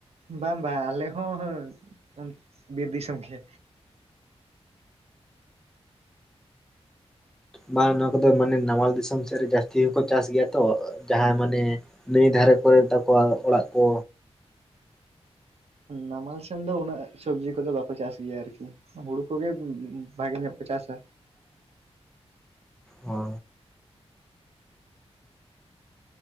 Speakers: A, on the right; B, in the centre.
A: ᱵᱟᱝ ᱵᱟᱝ ᱟᱞᱮ ᱦᱚᱸ ᱵᱤᱨ ᱫᱤᱥᱚᱢ ᱜᱮ
B: ᱵᱟᱝ ᱱᱚᱶᱟ ᱠᱚᱫᱚ ᱢᱟᱱᱮ ᱱᱟᱣᱟᱟᱞ ᱫᱤᱥᱚᱢ ᱥᱮᱫ ᱨᱮ ᱡᱟᱹᱥᱛᱤ ᱦᱚᱸᱠᱚ ᱪᱟᱥ ᱜᱮᱭᱟ ᱛᱚ ᱡᱟᱦᱟᱸ ᱢᱟᱱᱮ ᱱᱟᱹᱭ ᱫᱷᱟᱨᱮ ᱠᱚᱨᱮ ᱛᱟᱠᱚᱣᱟ ᱚᱲᱟᱜ ᱠᱚ
A: ᱱᱟᱢᱟᱞ ᱥᱮᱱ ᱫᱚ ᱩᱱᱟᱹᱜ ᱥᱚᱵᱽᱡᱤ ᱠᱚᱫᱚ ᱵᱟᱠᱚ ᱪᱟᱥ ᱜᱮᱭᱟ ᱟᱨᱠᱤ ᱦᱩᱲᱩ ᱠᱚᱜᱮ ᱩᱸᱜ ᱩᱸ ᱵᱷᱟᱜᱮ ᱧᱚᱜ ᱠᱚ ᱪᱟᱥᱟ
B: ᱦᱳ